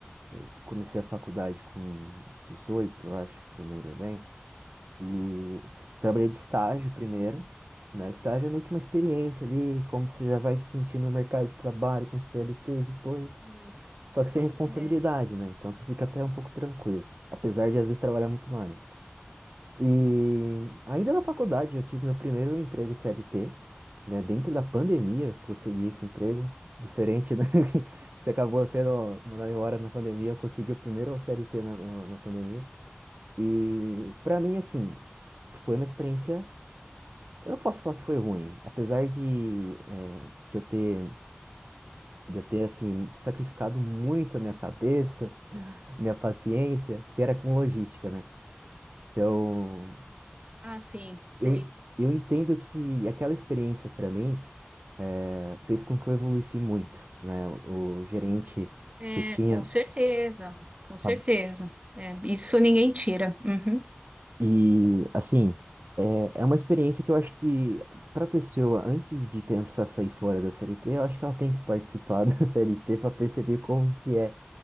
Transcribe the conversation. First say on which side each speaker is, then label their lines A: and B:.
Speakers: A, on the right; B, on the right.
A: eu comecei a faculdade com 18, eu acho, se eu me lembro bem, e trabalhei de estágio primeiro, né, estágio é meio que uma experiência ali, como você já vai se sentir no mercado de trabalho com CLT depois,
B: Isso.
A: só que sem responsabilidade,
B: É.
A: né, então você fica até um pouco tranquilo, apesar de às vezes trabalhar muito mais. E ainda na faculdade eu tive meu primeiro emprego CLT, né? Dentro da pandemia eu consegui esse emprego. Diferente, né? <laughs> que Você acabou sendo mandado embora na pandemia, eu consegui o primeiro CLT na, na, na pandemia. E pra mim, assim, foi uma experiência. Eu não posso falar que foi ruim, apesar de, eh, de eu ter, de eu ter, assim, sacrificado muito a minha cabeça, <laughs> a minha paciência, porque era com logística, né? Então.
B: Ah, sim, sei.
A: eu, eu entendo que aquela experiência para mim eh, fez com que eu evoluísse muito, né? O, o gerente
B: É,
A: que eu tinha
B: com certeza, com certeza.
A: tá-
B: É, isso ninguém tira. Uhum.
A: e assim é, é uma experiência que eu acho que para a pessoa antes de pensar sair fora da CLT, eu acho que ela tem que participar <laughs> da CLT para perceber como que é